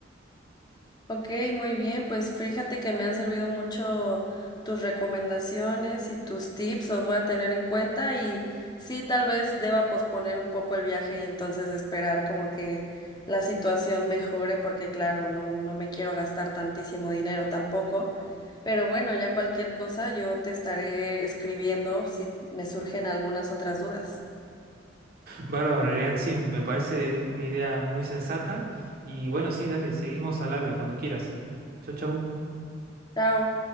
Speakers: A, on the left (about 20°); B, on the right (about 55°).
A: Ok, muy bien, pues fíjate que me han servido mucho tus recomendaciones y tus tips, los voy a tener en cuenta y sí, tal vez deba posponer un poco el viaje y entonces esperar como que la situación mejore, porque claro, no, no me quiero gastar tantísimo dinero tampoco, pero bueno, ya cualquier cosa yo te estaré escribiendo si me surgen algunas otras dudas.
B: Bárbaro, Elian, sí, me parece una idea muy sensata. Y bueno, sí, dale, seguimos al habla cuando quieras. Chau, chau.
A: Chao.